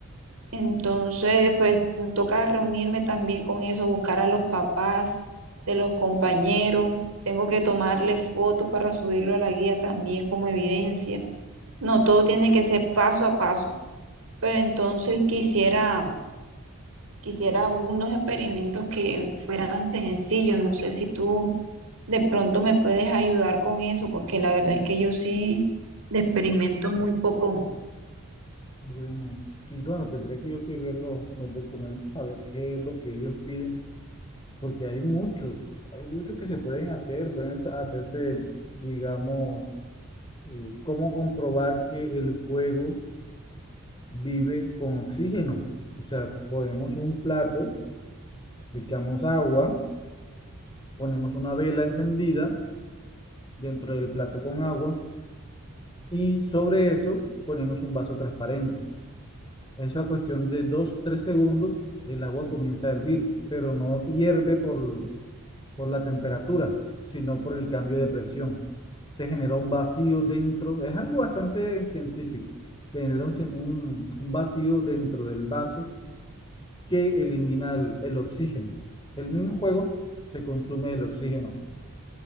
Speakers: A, on the right; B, on the left.
A: Entonces, pues me toca reunirme también con eso, buscar a los papás de los compañeros. Tengo que tomarle fotos para subirlo a la guía también como evidencia. No, todo tiene que ser paso a paso. Pero entonces quisiera Quisiera unos experimentos que fueran sencillos. No sé si tú de pronto me puedes ayudar con eso, porque la verdad es que yo sí de experimento muy poco.
B: Bueno, sí, bueno, tendría que yo que ver lo- los documentos a ver qué es lo que ellos piden, porque hay muchos, hay muchos que se pueden hacer, pueden sa- hacerse, digamos, eh, cómo comprobar que el fuego vive con oxígeno. O sea, ponemos un plato, le echamos agua, ponemos una vela encendida dentro del plato con agua Y sobre eso ponemos un vaso transparente. Eso a cuestión de dos tres segundos, el agua comienza a hervir, pero no hierve por, por la temperatura, sino por el cambio de presión. Se genera un vacío dentro, es algo bastante científico. Se genera un, un- un vacío dentro del vaso que elimina el, el oxígeno. El mismo juego se consume el oxígeno.